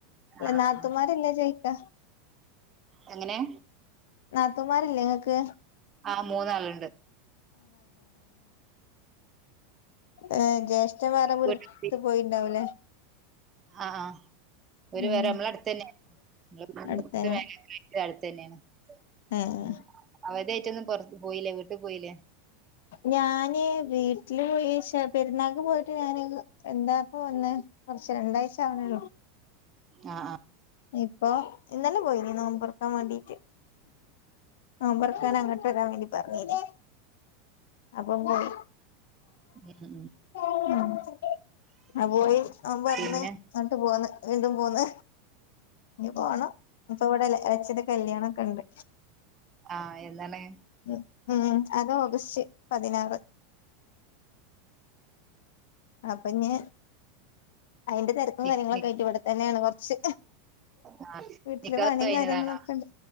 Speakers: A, on the right (about 30°); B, on the left (about 70°).
A: ആഹ്
B: നാത്തുൻമാരെന്ന
A: ആഹ്
B: ചോയിക്ക
A: എങ്ങനെ
B: നാത്തൂന്മാരില്ലേ ങ്ങൾക്ക്
A: ആമൂന്നാളുണ്ട്
B: ഏ ജ്യേഷ്ഠൻ വേറെ വീടെടുത്ത്
A: വീട്ടിൽ
B: പോയിണ്ടാവൂലേ
A: ആഹ് ആ ഒരു
B: ഉം
A: വരെ നമ്മള അടുത്ത തന്നെയ <unintelligible>
B: അടുത്തന്നെ
A: ഇ അടുത്ത് തന്നെയാണ്
B: ഏഹ്
A: ഉ അവതായിട്ടൊന്നും പുറത്ത് പോയില്ലേ വീട്ടിൽ പോയില്ലേ
B: ഞാന് വീട്ടില് പോയി ശേ പെരുന്നാൾ പോയിട്ട് ഞാന് എന്താപ്പോ വന്ന് കുറച്ച് രണ്ടാഴ്ച ആവണള്ളൂ
A: ആഹ് ആഹ്
B: ഇപ്പൊ ഇന്നലെ പോയിനീ നോമ്പറക്കാൻ വേണ്ടീട്ട് നോമ്പറക്കാൻ അങ്ങോട്ട് വരാൻ വേണ്ടി പറഞ്ഞിന് അപ്പംപോയി
A: ഉം ഉം
B: ഉം ആ പോയി അവൻ വന്ന്
A: പിന്നെ
B: എന്നിട്ട് പോന്ന് വീണ്ടും പോന്ന ഇനി പോണം ഇപ്പ ഇവിടെല്ല എളച്ചന്റെ കല്യാണം ഒക്കെ ഉണ്ട്
A: ആഹ എന്നാണ്
B: ഉ ഉം അത് ഓഗസ്റ്റ് പതിനാറ് അപ്പൊ നീ അയിന്റെ തെര കാര്യങ്ങളൊക്കെ
A: നി നി
B: ആയിട്ട്ഇവിടെ തന്നെയാണ് കൊറച്ച്
A: ആ
B: വീട്ടില്
A: നിക്കാഹ്
B: പണിയും
A: കഴിഞ്ഞതാണോ
B: കാര്യങ്ങളൊക്കെണ്ട്